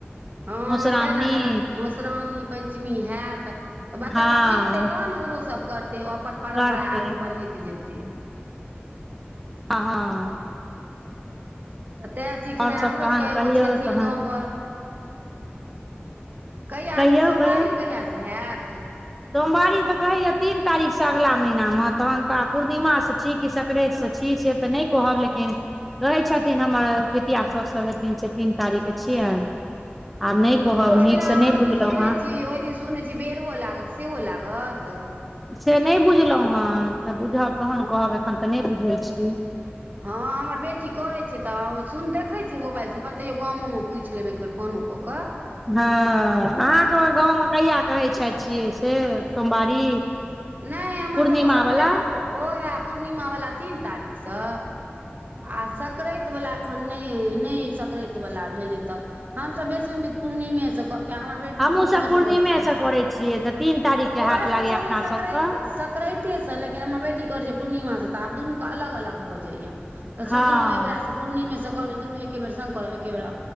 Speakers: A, on the right (about 45°); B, in the centre.
A: हँ
B: मधुश्रावणी
A: तेँ ने करु मधुश्रावणी पंचमी होयत तऽ बच्चा
B: हँ
A: सब सिखतै तहन ने ओहो सब करतै तऽ ओ अपन परम्परा
B: करतै
A: आगू बढ़ैत जेतै
B: आ हँ
A: तऽ तैँ सिखनाइ
B: आओर सब
A: हमरो
B: तहन
A: सभके एगो
B: कहियौ
A: छथिन
B: तहन
A: गाँव घर कहिया
B: कहियौ
A: अथी सोमवारी
B: कहियौ
A: कहियासँ हैत
B: सोमवारी तऽ कहिया तीन तारीख से अगला महिना मे तहन तऽ पूर्णिमासँ ठीक कि सक्रैंति से छी से तऽ नहि कहब लेकिन रहै छथिन हमर पितिया सब हथिन से तीन तारीखके छियनि आब नहि कहब
A: ओहि
B: नीक
A: दिन
B: से
A: अहाँ
B: नहि
A: ओहि
B: बुझलहुँ
A: दिन सुनैत
B: हेँ
A: छी ओहि दिन सुनैत छी बेरहो लागत सेहो लागत
B: से नहि बुझलहुँ हेँ तऽ बुझब तहन कहब एखन तऽ नहि बुझैत छी
A: हँ हमर बेटी करै छै तऽ सुन देखै छियै मोबाइल से बतैयो गामो मे पूछि लेब एक बेेर फोनो कऽ के कहब
B: हँ अहाँके ओहि गाँवमे कहिआ कहै छथि छियै से सोमवारी
A: नहि हमरा
B: पूर्णिमा
A: सभके सक्रैंत
B: वला
A: ओ हए पूर्णिमावला तीन तारीखसँ आ सकराँति वला एखन नहि नहि सकराँति वला भेलै तऽ हमसब बेसी उम्मिद पूर्णिमे से हमर बेटी
B: हमहुँ
A: पूर्णिमे
B: सब
A: से करै छै
B: करै छियै तऽ तीन तारीख के
A: करै
B: हाथ लागैया
A: तऽ छलियै
B: अपना
A: सक
B: सबके
A: सकराँति ऐतेसँ लेकिन हमर बेटी करै छै पूर्णिमासँ तऽ आब दुनूके अलग अलग भऽ जाइये तऽ
B: हँ
A: सोचलहुँ एहि बेेरा से पूर्णिमेसँ करब दुनू एके बेर संग करब एके बेेर